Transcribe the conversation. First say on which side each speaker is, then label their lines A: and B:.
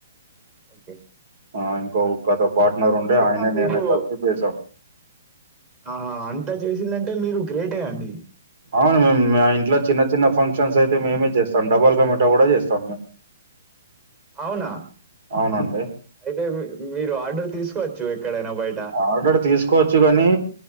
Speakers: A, on the right; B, on the right.
A: ఓకే
B: ఆ ఇంకో గత పార్ట్నర్
A: కాకపోయినా
B: ఉండే ఆయన
A: మీరు
B: నేనే కలిసి చేసాం
A: ఆహా అంతా చేసిందంటే మీరు గ్రేటే అండి
B: అవును మేము మా ఇంట్లో చిన్న చిన్న ఫంక్షన్స్ అయితే మేమే చేస్తాం డబల్ కమిటా కూడా చేస్తాం మేము
A: అవునా
B: అవునండి
A: అయితే మీ మీరు ఆర్డర్ తీసుకోవచ్చు ఎక్కడైనా బయట
B: ఆర్డర్ తీసుకోవచ్చు కాని